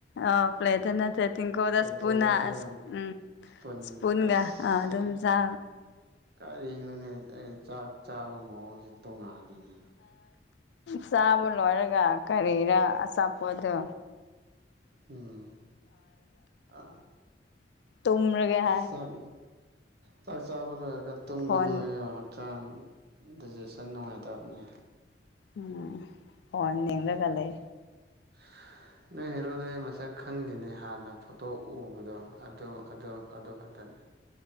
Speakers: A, on the left; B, on the right.
A: ꯑꯧ ꯄ꯭ꯂꯦꯇ ꯅꯠꯇꯦ ꯇꯦꯡꯀꯣꯠꯗ
B: ꯇꯦꯡꯀꯣꯠꯗꯁꯨ
A: ꯁ꯭ꯄꯨꯟꯅ ꯑꯁ ꯎꯝ
B: ꯏꯁꯄꯨꯟ
A: ꯁꯄꯨꯟꯒ
B: ꯑꯁ
A: ꯑꯥ ꯑꯗꯨꯝ ꯆꯥ
B: ꯀꯔꯤꯅꯣꯅꯦ ꯑꯩꯅ ꯆꯥꯛ ꯆꯥꯕ ꯃꯑꯣꯡꯁꯦ ꯇꯣꯡꯉꯥꯜꯂꯤꯅꯦ
A: ꯆꯥꯕ ꯂꯣꯏꯔꯒ ꯀꯔꯤꯔ ꯑꯆꯥꯄꯣꯠꯗꯣ
B: <unintelligible> ꯎꯝ ꯑ
A: ꯇꯨꯝꯔꯒꯦ ꯍꯥꯏ
B: ꯆꯛ ꯆꯥꯛ ꯆꯥꯕ ꯂꯣꯏꯔꯒ ꯇꯨꯝꯒꯅꯨ
A: ꯐꯣꯟ
B: ꯍꯥꯏꯌꯣ ꯍꯛꯆꯥꯡ ꯗꯥꯏꯖꯦꯁꯟ ꯅꯨꯡꯉꯥꯏꯇꯕꯅꯦ
A: ꯎꯝ ꯐꯣꯟ ꯌꯦꯡꯔꯒ ꯂꯩ
B: <unintelligible> ꯅꯣꯏ ꯍꯦꯔꯣꯗꯣ ꯑꯩ ꯃꯁꯛ ꯈꯪꯗꯦꯅꯦ ꯍꯥꯟꯅ ꯐꯣꯇꯣ ꯎꯕꯗꯣ ꯑꯗꯨ ꯑꯗꯨ ꯑꯗꯨꯈꯛꯇꯅꯤ